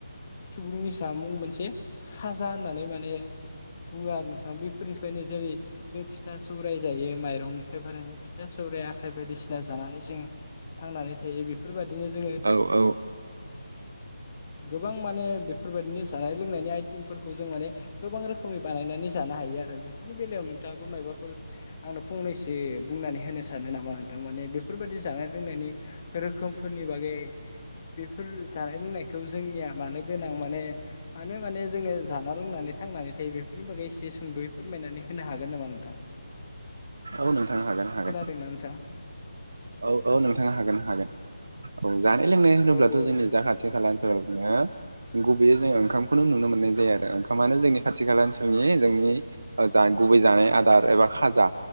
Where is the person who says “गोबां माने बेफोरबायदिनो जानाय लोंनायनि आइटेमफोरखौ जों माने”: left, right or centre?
Left